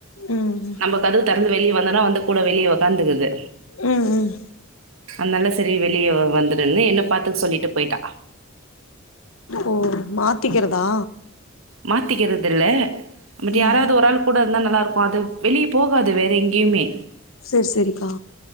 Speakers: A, on the left (about 80°); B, on the right (about 80°).
A: ம் ம்
B: நம்ம கதவு தொறந்து வெளிய வந்தோம்னா வந்து கூட வெளிய உக்காந்துக்குது
A: உம் உம்
B: அந்தாண்ட செரி வெளியே வந்து ந்து என்ன பாத்துக்க சொல்லிட்டு போயிட்டா
A: ஓ மாத்திக்கிறதா
B: மாத்திக்கிறது இல்ல பட்
A: ம்
B: யாராவது ஒரு ஆள் கூட ந்தா நல்லாருக்கும் அது வெளிய போகாது வேற எங்கியுமே
A: சேர் செரிக்கா